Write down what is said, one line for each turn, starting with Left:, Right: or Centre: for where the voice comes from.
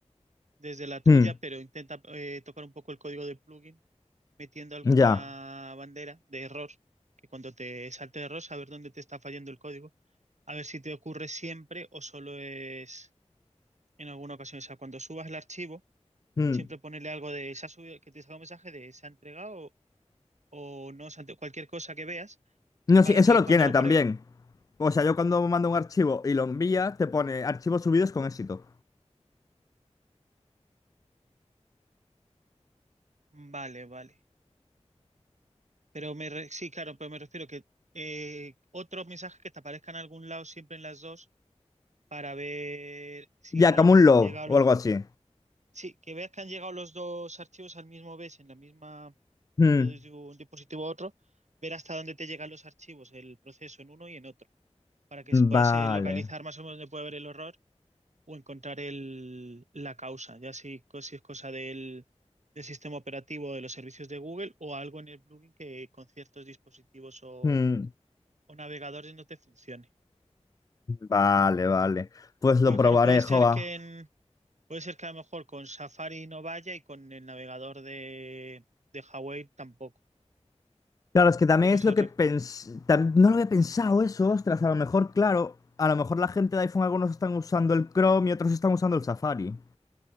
Right: desde la tuya,
Left: Mm,
Right: pero intenta eh, tocar un poco el código del plugin metiendo alguna
Left: Ya.
Right: bandera de error, que cuando te salte de error, saber dónde te está fallando el código, a ver si te ocurre siempre o solo es en alguna ocasión. O sea, cuando subas el archivo,
Left: mm.
Right: siempre ponerle algo de se ha subido, que te salga un mensaje de se ha entregado o, o no, se ha entre- cualquier cosa que veas,
Left: No,
Right: para
Left: sí, eso
Right: que
Left: lo
Right: cuando
Left: tiene
Right: lo
Left: también.
Right: pruebe.
Left: O sea, yo cuando mando un archivo y lo envía, te pone archivos subidos con éxito.
Right: Vale, vale. Pero me re- sí, claro, pero me refiero que eh, otros mensajes que te aparezcan en algún lado siempre en las dos para ver si
Left: Ya,
Right: han
Left: como un log
Right: llegado
Left: o
Right: los...
Left: algo así.
Right: Sí, que veas que han llegado los dos archivos al mismo vez, en la misma,
Left: Mm,
Right: yendo desde un dispositivo a otro, ver hasta dónde te llegan los archivos, el proceso en uno y en otro, para que puedas
Left: Vale.
Right: eh, localizar más o menos dónde puede haber el error o encontrar el, la causa, ya si, co- si es cosa del, del sistema operativo de los servicios de Google o algo en el plugin que con ciertos dispositivos o,
Left: mm.
Right: o navegadores no te funcione.
Left: Vale, vale. Pues lo
Right: Pues
Left: probaré,
Right: claro, puede ser
Left: Jova.
Right: que en, Puede ser que a lo mejor con Safari no vaya y con el navegador de, de Huawei tampoco.
Left: Claro, es que también
Right: Que puede
Left: es
Right: ser
Left: lo
Right: otra.
Left: que pens... tam- No lo había pensado eso, ostras. A lo mejor, claro, a lo mejor la gente de iPhone, algunos están usando el Chrome y otros están usando el Safari.